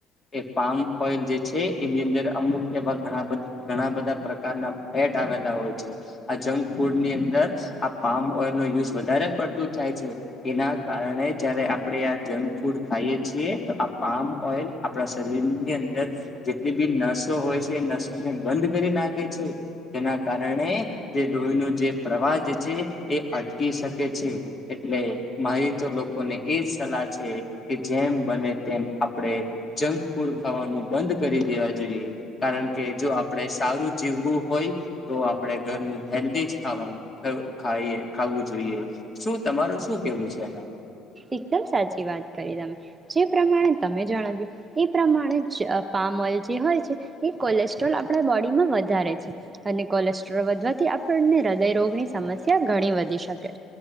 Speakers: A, on the left; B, on the right.
A: એ પામ ઓઈલ જે છે એની અંદર અમુક એવા ઘણા બ ઘણા બધા પ્રકારના ફેટ આવેલા હોય. આ જંક ફૂડ ની અંદ ર આ પામ ઓઈલ નો યુઝ વધારે પડતું થાય છે. એના કારણે જયારે આપણે આ જંક ફૂડ ખાઈએ છીએ તો આ પામ ઓઇલ આપણા શરીરની અંદર જેટલી બી નસો હોય છે એ નસોને બંધ કરી નાખે છે, જેના કારણે રણે જે લોહી નો જે પ્રવાહ છે એ અટકી શકે છે, એટલે મારી તો લોકોને એ જ સલાહ છે કે જેમ બને તેમ આપણે જંક ફૂડ ખાવાનું બંધ કરી દેવા જોઈએ કારણ કે જો આપણે સારું જીવવું હોય તો આપણે ઘરનું હેલ્ધી જ ખાવાનું ખવુ ખાઈએ ખાવું જોઈએ. શું તમારું શું કેવું છે એમાં?
B: એકદમ સાચી વાત કરી તમે. જે પ્રમાણે તમે જણાવ્યું એ પ્રમાણે જ અહ પામ ઓઇલ જે હોય છે એ કોલેસ્ટ્રોલ આપણા બોડીમાં વધારે છે અને કોલેસ્ટ્રોલ વધવાથી આપણને હૃદયરોગની સમસ્યા ઘણી વધી શકે.